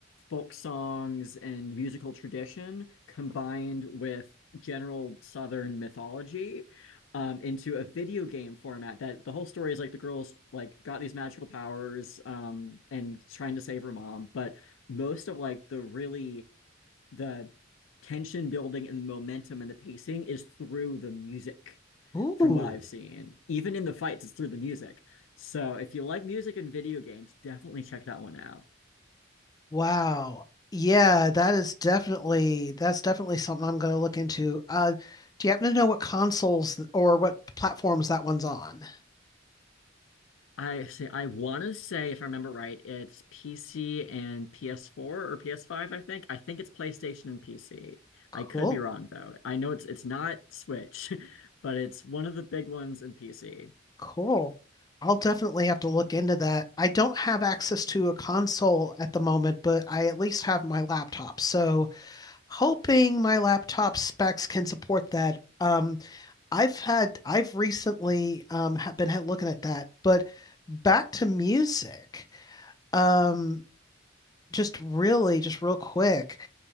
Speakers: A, on the left (about 80°); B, on the left (about 20°).
A: folk songs and musical tradition combined with general Southern mythology um, into a video game format. That the whole story is like the girls like got these magical powers um, and trying to save her mom, but most of like the really the tension building and the momentum and the pacing is through the music
B: Ooh,
A: from what I've seen. Even in the fights, it's through the music. So if you like music and video games, definitely check that one out.
B: wow. Yeah, that is definitely that's definitely something I'm going to look into. Uh, do you happen to know what consoles th- or what platforms that one's on?
A: I say I want to say if I remember right, it's PC and PS4 or PS5, I think. I think it's PlayStation and PC.
B: Cool.
A: I could be wrong though. I know it's it's not Switch, <laughs> but it's one of the big ones in PC.
B: Cool. I'll definitely have to look into that. I don't have access to a console at the moment, but I at least have my laptop. So hoping my laptop specs can support that. Um, I've had, I've recently um, have been ha- looking at that. But back to music, um, just really, just real quick.